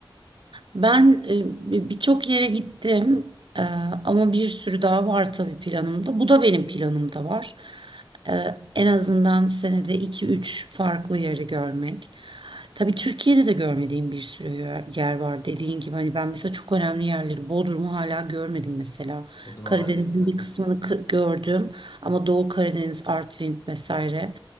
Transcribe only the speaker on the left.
Bodrum'a
ben de gitmedim.